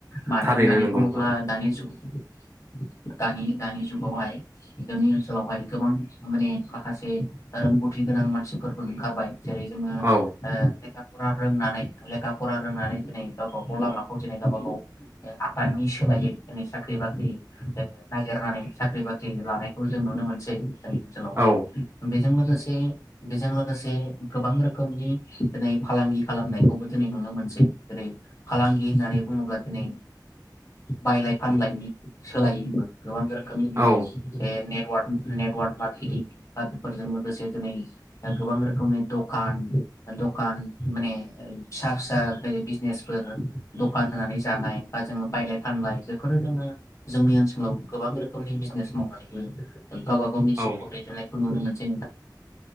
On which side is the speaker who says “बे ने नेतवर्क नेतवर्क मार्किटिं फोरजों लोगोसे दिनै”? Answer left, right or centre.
Left